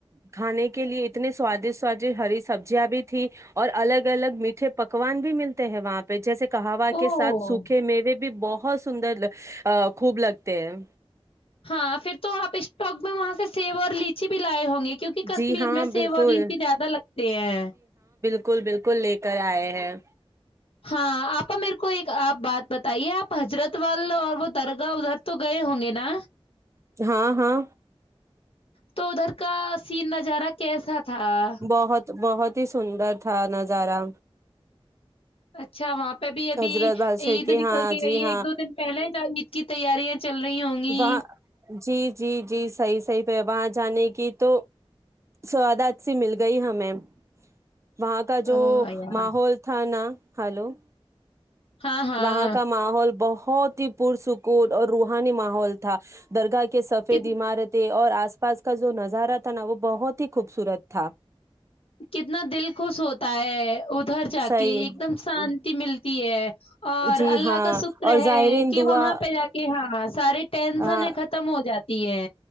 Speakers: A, on the right; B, on the left.
A: کھانے کے لیے اتنے سوادشٹ سوادٹ ہری سبزیاں بھی تھی اور الگ الگ میٹھے پکوان بھی ملتے ہیں وہاں پہ جیسے کہاوا کے
B: اوہ
A: سھ سوکھے میوے بھی بھی بہت سندر خوب لگتے ہیں
B: ہاں پھر تو آپ اسٹک میں وہاں سے سیب اور لیچی بھی لائے ہوں گے کیونکہ کشمیر
A: جی ہاں
B: میں سیب
A: بالکل
B: اور لچی زیادہ لگتے ہیں
A: اسکل بالکل لے کر آئے ہیں
B: ہاں آپا میرے کو ایک آپ بات بتائیے آپ حضرت والال اور وہ درگاہ ادھر تو گئے ہوں گے نا
A: ہاں ہاں
B: تو ادھر کا سین نظارہ کیسا تھا
A: بہت بہت اتی سندر تھا نظارہ
B: اچھا وہاں پہ پہ بھی ابھی
A: حضرت بادشاہ
B: عید نکل
A: ہاں
B: کے
A: جی
B: گئی
A: ہاں
B: ہے ایک دو دن پہلے عید کی تیارییا چل رہی ہوں گی
A: وہاں جی جی جی صحیح صحیح پہ وہاں جانے کی تو سواد اچ سھی مل گئی ہمیں وہاں کا
B: آ
A: جو
B: یار
A: ماحول تھا نا ہلو
B: ہاں، ہاں،
A: وہاں کا ماحول بہت بہت ہی پرسکون اور روحانی ماحول تھا درگاہ کے کہ سفید
B: کت
A: عمارتیں اور آس پاس کا جو نظارہ تھا نا وہ بہت ہی خوبصورت تھا
B: کتنا دل خوش ہوتا ہے ادھر جا
A: صحیح
B: کے ایک دم شانتی ملتی ہے اور
A: جی
B: اللہ
A: ہاں
B: کا شکر
A: اور
B: ہے
A: زائرین
B: کہ
A: دعا
B: وہاں پہ جا کے ہاں سارے ٹینشن
A: ہاں
B: ہے ختم ہو جاتا تی ہے